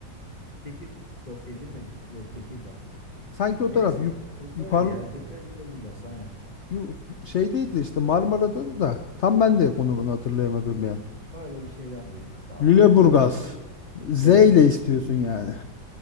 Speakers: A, on the left; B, on the left.
A: E, Tekir. Yok Edirne miydi? Yok Tekirdağ.
B: Sanki o
A: Neresi?
B: taraf yuk
A: Kırklareli
B: yukarı
A: ya. Kırklareli Lüleburgaz. Aynen.
B: yu- şeydeydi işte Marmara'da da tam ben de konumunu hatırlayamadım ya.
A: Öyle bir şeylerdi ya. Tamam
B: Lüleburgaz.
A: Lüleburgaz.
B: Z
A: Z.
B: ile istiyorsun yani.